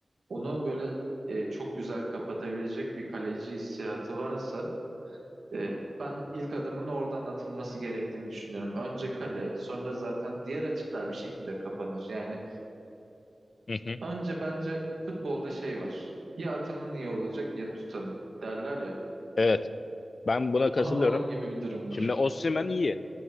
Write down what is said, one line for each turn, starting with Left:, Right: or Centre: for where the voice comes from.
Right: onu böyle e, çok güzel kapatabilecek bir kaleci hissiyatı varsa Ee, ben ilk adımın oradan atılması gerektiğini düşünüyorum. Önce kale, sonra zaten diğer açıklar bir şekilde kapanır. Yani
Left: Hı hı.
Right: önce bence futbolda şey var. Ya atanın iyi olacak ya tutanın derler ya. <laughs>
Left: Evet. Ben buna katılıyorum.
Right: O- Onun gibi bir durum
Left: Şimdi
Right: var.
Left: Osimhen iyi.